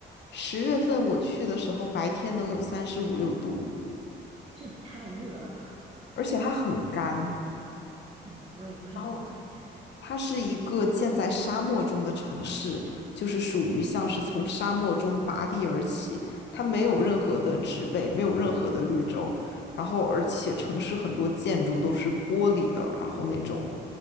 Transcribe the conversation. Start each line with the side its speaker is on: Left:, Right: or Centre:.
Left: 十月份我去的时候，
Right: 哦，
Left: 白天能有三十五六度，
Right: 这也太热了吧！
Left: 而且它很干。
Right: 嗯，我也不是很喜欢。
Left: 然后。它是一个建在沙漠中的城市，就是属于像是从沙漠中拔地而起，它没有任何的植被，没有任何的绿洲，然后而且城市很多建筑都是玻璃的，然后那种